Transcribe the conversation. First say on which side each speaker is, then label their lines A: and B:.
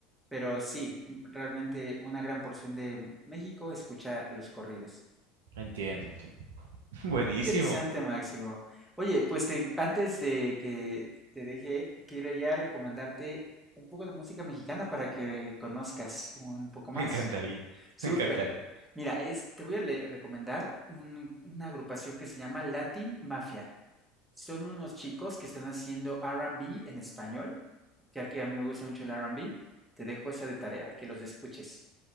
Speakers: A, in the centre; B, on the right.
A: pero sí, mm, realmente una gran porción de México escucha los corridos.
B: Entiendo, entiendo. <laughs> Buenísimo,
A: Qué Interesante, Máximo. Oye, pues te- antes de que te deje, quiero ya recomendarte un poco de música mexicana para que conozcas un poco más.
B: me encantaría,
A: Súper.
B: me encantaría.
A: Mira, es, te voy a le- recomendar un- una agrupación que se llama Latin Mafia. Son unos chicos que están haciendo R&B en español, ya que a mí me gusta mucho el R&B. Te dejo esa de tarea, que los escuches.